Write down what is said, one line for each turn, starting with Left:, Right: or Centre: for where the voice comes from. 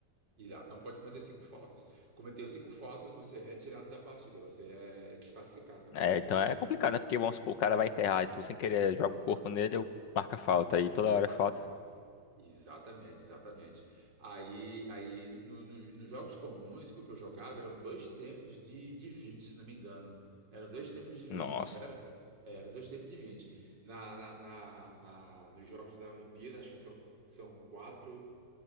Right: Exato, não pode cometer cinco faltas. Cometeu cinco faltas, você é retirado da partida, você é desclassificado da
Left: É,
Right: partida.
Left: então é complicado, né? Porque vamos supor, o cara vai enterrar e tu sem querer joga o corpo nele, eu marca falta, aí toda hora
Right: Paca
Left: é falta.
Right: falta. Exatamente, exatamente. Aí, aí no- no- no- nos jogos comuns que eu que eu jogava eram dois tempos de, de vinte se não me engano. Eram dois tempos de vinte
Left: Nossa.
Right: não era? É, Era dois tempos de vinte Na, na, na, na- nos jogos da Olimpíada, acho que são, são quatro.